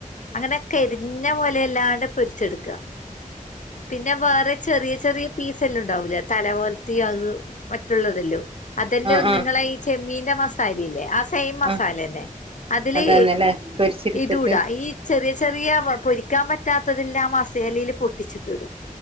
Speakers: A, on the left; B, on the right.
A: അങ്ങനെ കരിഞ്ഞ പോലെല്ലാണ്ട് പൊരിച്ചെടുക്കുക. പിന്നെ വേറെ ചെറിയ ചെറിയ പീസല്ലാണ്ടാവൂലേ തല പോലത്തി അത്. മറ്റുള്ളതല്ലോ അതെല്ലാം
B: ആഹ് ആഹ്
A: നിങ്ങളെ ഈ ചെമ്മീന്റെ മസാലല്ലേ. സെയിം മസാല
B: ആഹ്
A: തന്നെ അതില്
B: അതന്നെല്ലേ പൊരിച്ചെടുത്തിട്ട്
A: ഇതൂടാ ഈ. ചെറിയ ചെറിയ പൊരിക്കാൻ പറ്റാത്തതെല്ലാം മസേലയില് പൊട്ടിച്ചിട്ടിടും